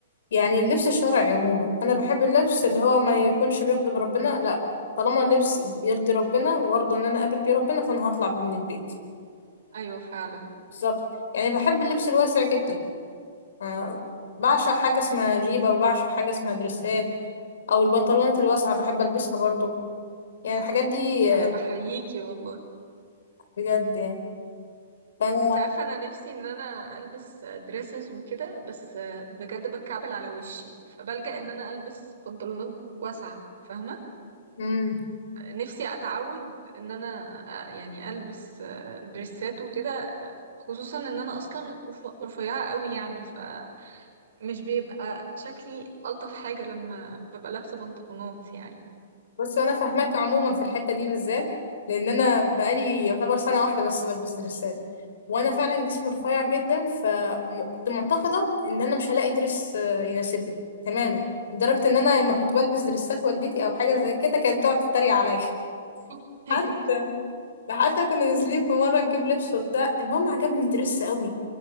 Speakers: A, on the left (about 75°); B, on the right (about 70°).
A: يعني اللبس الشرعي عموما انا بحب اللبس اللي هو ما يكونش بيغضب ربنا لا طالما لبسي يرضي ربنا وارضى ان انا اقابل بيه ربنا فانا هطلع بيه من البيت
B: ايوه فعلا
A: بالظبط يعني بحب اللبس الواسع جدا آه، بعشق حاجه اسمها جيبه وبعشق حاجه اسمها دريسات او البنطلونات الواسعه بحب البسها برضو يعني الحاجات دي
B: انا
A: آه،
B: بحييكي والله
A: بجد يعني فانا
B: انت عارفه انا نفسي ان انا البس دريسز وكده بس بجد بتكعبل على وشي فبلجأ ان انا البس بنطلونات واسعه فاهمه
A: مم.
B: نفسي اتعود ان انا آه، يعني البس دريسات وكده خصوصا ان انا اصلا رف- رفيعه قوي يعني فمش بيبقى شكلي الطف حاجه لما ببقى لابسه بنطلونات يعني
A: بس انا فاهماك عموما في الحته دي بالذات لان انا بقالي يعتبر سنه واحده بس بلبس دريسات وانا فعلا جسمي رفيع جدا فكنت معتقده ان انا مش هلاقي دريس آه، يناسبني تماما لدرجه ان انا لما كنت بلبس دريسات والدتي او حاجه زي كده كانت بتقعد تتريق عليا <laughs>
B: <laughs>
A: حتى حتى كنا نازلين في مره نجيب لبس وبتاع المهم عجبني دريس قوي